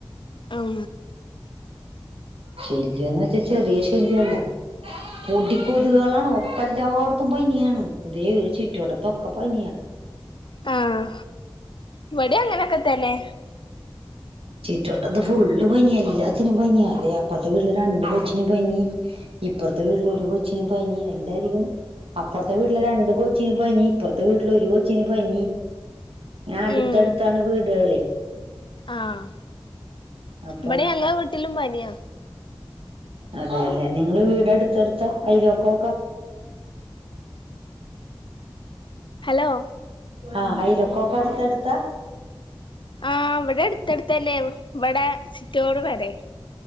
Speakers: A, on the left; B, on the right.
A: അം
B: ശല്യാെന്ന് വെച്ചാ ചെറിയ ശല്ല്യൊല്ലാ പൊടിക്കൊത്കളാണ് ഒക്കെ എല്ലാട്ത്തും പനിയാണ് ഇതേ ഒരു ചിറ്റുവട്ടത്തൊക്കെ പനിയാ
A: ആഹ് ഇവടിം അങ്ങനെക്കെ തന്നെ
B: ചിറ്റ് വട്ടത് ഫുള്ള് പനിയാ എല്ലാത്തിനും പനിയാ തേ അപ്പർത്തെ വീട്ട്ല് രണ്ട് കൊച്ചിനും പനി ഇപ്പാെർത്തെ വീട്ട്ല് ഒരു കൊച്ചിന് പനി എല്ലാര്ക്കും അപ്പർത്തെ വീട്ട്ലെ രണ്ട് കൊച്ചിന് പനി ഇപ്പർത്തെ വീട്ട്ലെ ഒരു കൊച്ചിന് പനി ആഹ്
A: ഉം
B: അട്ത്തട്ത്താണ് വീട്കളെ
A: ആഹ്
B: അപ്പൊ
A: ബെടെ ഞങ്ങളെ വീട്ടിലും പനിയാ
B: അതേല്ലെ നിങ്ങളെ വീട് അട്ത്തട്ത്താ അയ്ലോക്കാേക്കാ
A: ഹലോ
B: ആഹ് അയ്ലോക്കോക്ക അട്ത്തട്ത്താ
A: ആഹ് വെടെ എട്ത്തട്ത്തന്നേ വെടെ ചിറ്റോട് പെരേ